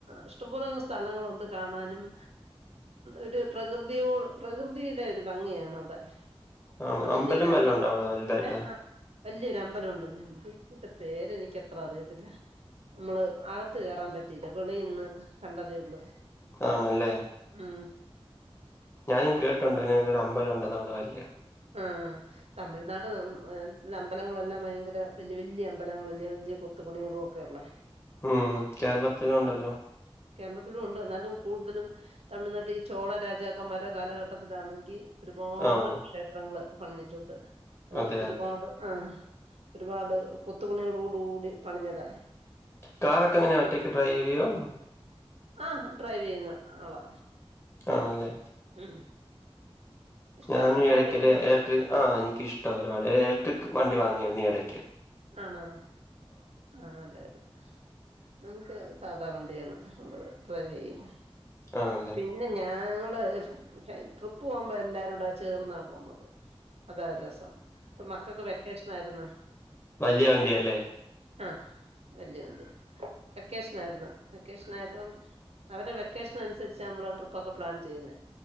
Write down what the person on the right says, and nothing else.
ഇഷ്ടംപോല സ്ഥലങ്ങളുണ്ട് കാണാനും ഒരു പ്രകൃതിയോട് പ്രകൃതിയുടെ ഒരു ഭംഗിയാണ് അവിടെ
അവിടെ വല്യൊരു അമ്പലം
ഏഹ് ആഹ് വല്യൊരു അമ്പലവൊണ്ട് <unintelligible> പേര് എനിക്കത്ര അറിയത്തില്ല നമ്മള് അകത്ത് കേറാൻ പറ്റിയില്ല വെളിനിന്ന് കണ്ടതേ ഉള്ളു
ഉം
ആഹ് തമിഴ്നാട് അമ്പലങ്ങളെല്ലാം ഭയങ്കര വല്യ വല്യ അമ്പലങ്ങളല്ല വല്യ കു ത്തു പണികളുവൊക്കെ ഒള്ളെ
കേരളത്തിലും ഒണ്ട് എന്നാലും കൂടുതലും തമിഴ്നാട്ടി ഈ ചോള രാജാക്കൻമാരുടെ കാലഘട്ടത്തിലാണെങ്കി ഒരുപാട്
ക്ഷേത്രങ്ങള് പണിഞ്ഞിട്ടുണ്ട് അതും
ഒരുപാട്
ആഹ് ഒരുപാട് കൊത്തുപണികളോടു കൂടി പണിഞ്ഞതാ
ആഹ് ഹ ഡ്രൈവ് ചെയ്യുന്ന ആളാ
ഉം ഉം ഇഷ്ടവാണ്
ഡ്രൈവിങ്
എനിക്കിഷ്ട
ആണോ ആഹ് അതാ നല്ലത് നമുക്ക് സാധാ വണ്ടിയാണ് ഒള്ളത് ഡ്രൈവ് ചെയ്യാൻ
പിന്നെ ഞാ ഞങ്ങള് ട്രിപ്പ് പോകുമ്പോ എല്ലാരൂടെ ചേർന്നാ പോകുന്നത് അതായ ദിവസം ഇപ്പ മക്കൾക്ക് വെക്കേഷനാരുന്നു
ആഹ് വല്യ വണ്ടിയാ വെക്കേഷൻ ആരുന്ന് വെക്കേഷൻ ആയപ്പം അവരുടെ വെക്കേഷനനുസരിച്ചാ മ്മള് ട്രിപ്പ് ഒക്കെ പ്ലാൻ ചെയ്യുന്നെ